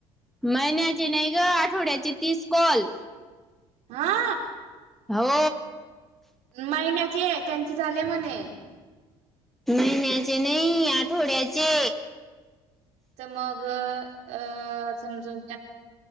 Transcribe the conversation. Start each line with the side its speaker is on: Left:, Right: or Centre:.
Centre: महिन्याची नाही ग, आठवड्याची तीस कॉल.
Right: हा.
Centre: हो.
Right: महिन्याचे त्यांचे झाले म्हणे
Centre: महिन्याचे नाही, आठवड्याचे.
Right: तर मग अं अं.. समजून